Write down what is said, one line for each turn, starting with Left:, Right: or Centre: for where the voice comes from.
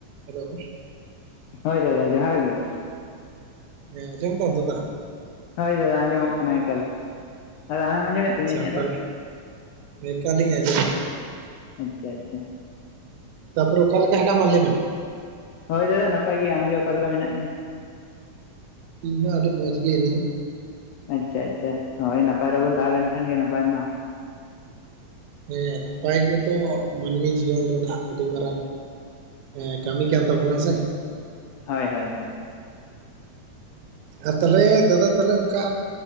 Right: Hello
Left: ᱦᱳᱭ ᱫᱟᱫᱟ ᱡᱚᱦᱟᱨ ᱜᱮ᱾
Right: ᱦᱮᱸ ᱟᱡᱚᱢ ᱫᱟᱢ ᱫᱟᱫᱟ?
Left: ᱦᱳᱭ ᱫᱟᱫᱟ ᱟᱸᱡᱚᱢᱚᱜ ᱠᱟᱱᱟ ᱮᱠᱟᱹᱞ ᱫᱟᱫᱟ ᱟ ᱟᱢ ᱟᱸᱡᱚᱢᱮᱫ ᱛᱤᱧᱟᱹ
Right: ᱟᱪᱪᱷᱟ
Left: ᱤᱧᱟᱹᱜ
Right: ᱛᱟᱦᱚᱞᱮ
Left: ᱨᱚᱲ
Right: ᱮᱠᱟᱞᱤᱧ ᱟᱸᱡᱚᱢᱫᱟ
Left: ᱟᱪᱷᱟ ᱟᱪᱷᱟ᱾
Right: ᱛᱟᱯᱚᱨ ᱚᱠᱟ ᱞᱮᱠᱟ ᱦᱮᱱᱟᱢᱟ ᱞᱟ. ᱭ ᱢᱮ?
Left: ᱦᱳᱭ ᱫᱟᱫᱟ ᱱᱟᱯᱟᱭ ᱜᱮᱭᱟ ᱾ᱟᱢᱜᱮ ᱚᱠᱟᱞᱮ ᱞᱮᱠᱟ ᱢᱮᱱᱟᱜ ᱢᱮᱭᱟ?
Right: ᱤᱧ ᱦᱚᱸ ᱟᱹᱰᱤ ᱢᱚᱸᱡᱽ ᱜᱮ ᱦᱮᱱᱤᱧᱟ᱾
Left: ᱟᱪᱷᱟ ᱟᱪᱷᱟ ᱦᱳᱭ ᱱᱟᱯᱟᱭ ᱨᱮᱵᱚᱱ ᱛᱟᱦᱮᱸ ᱞᱮᱱ ᱠᱷᱟᱱ ᱜᱮ ᱱᱟᱯᱟᱭ ᱢᱟ᱾
Right: ᱦᱮᱸ ᱱᱟᱯᱟᱭ ᱜᱮᱛᱚ ᱢᱟᱹᱱᱢᱤ ᱡᱤᱭᱚᱱ ᱨᱮᱱᱟᱜ ᱟᱹᱰᱤ ᱢᱟᱨᱟᱝ, ᱦᱮᱸ ᱠᱟᱹᱢᱤᱠᱟᱱ ᱛᱟᱵᱚᱱᱟ ᱥᱮ᱾
Left: ᱦᱳᱭ ᱦᱳᱭ ᱦᱳᱭ᱾
Right: ᱟᱨ ᱛᱟᱞᱦᱮ ᱫᱟᱫᱟ ᱛᱟᱦᱞᱮ ᱚᱱᱠᱟ